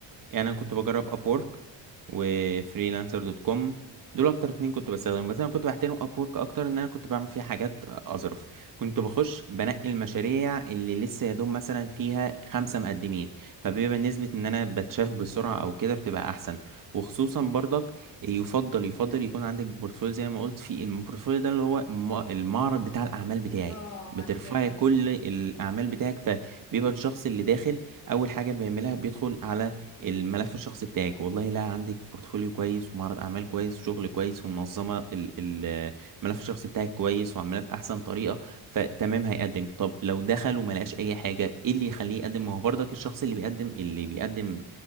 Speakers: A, on the right; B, on the left.
A: يعني انا كنت بجرب ابورك وفريلانسر دوت كوم دول اكتر اتنين كنت بستخدمهم بس انا كنت بحترم ابورك اكتر ان انا كنت بعمل فيها حاجات اظرف كنت بخش بنقي المشاريع اللي لسه يا دوب مثلا فيها خمسة مقدمين فبيبقى نسبة ان انا بتشاف بسرعة او كده بتبقى احسن وخصوصا برضك يفضل يفضل يكون عندك بورتفوليو زي ما قلت في البورتفوليو ده اللي هو الم- المعرض بتاع الاعمال بتاعك
B: اه
A: بترفعي
B: عارفاه عارفاه
A: كل الاعمال بتاعك فبيبقى الشخص اللي داخل اول حاجه بيعملها بيدخل على الملف الشخصي بتاعك والله لا عندك بورتفوليو كويس ومعرض اعمال كويس وشغل كويس ومنظمه ال- ال- الملف الشخصي بتاعك كويس وعاملاه باحسن طريقه فتمام هيقدم طب لو دخل وما لقاش اي حاجه ايه اللي يخليه يقدم ما هو برضك الشخص اللي بيقدم اللي بيقدم